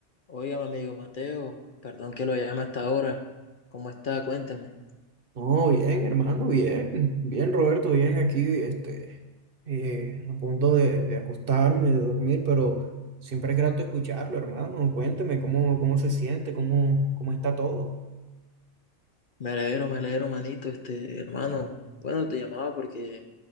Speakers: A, on the left (about 50°); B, on the right (about 55°).
A: Oiga, mi amigo Mateo, perdón que lo llame hasta ahora. ¿Cómo está? Cuénteme.
B: No, bien, hermano, bien. Bien, Roberto, bien aquí, este, eh, a punto de, de acostarme, de dormir, pero siempre es grato escucharlo, hermano. Cuénteme cómo, cómo se siente, cómo, cómo está todo.
A: Me alegro, me alegro, manito, este hermano. Bueno, te llamaba porque